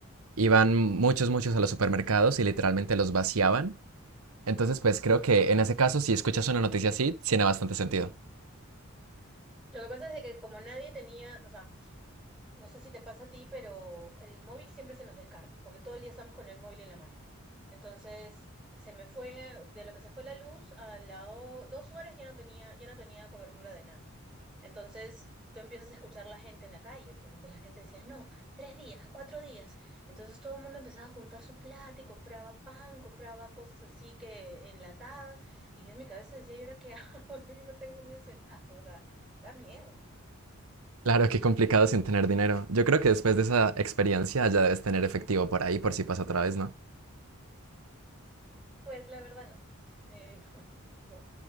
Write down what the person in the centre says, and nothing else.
Lo que pasa es de que como nadie tenía, o sea, no sé si te pasa a ti, pero el móvil siempre se nos descarga, porque todo el día estamos con el móvil en la mano. Entonces, se me fue, de lo que se fue la luz, a las dos horas ya no tenía, ya no tenía cobertura de nada. Entonces tú empiezas a escuchar la gente en la calle, pues entonces la gente decía, no, tres días, cuatro días. Entonces todo el mundo empezaba a juntar su plata y compraba pan, compraba cosas así que enlatadas. Y yo en mi cabeza decía, ¿y ahora qué hago? <laughs> Yo no tengo ni un centavo, o sea, da miedo.
Pues la verdad no. Eh, <laughs> no, no.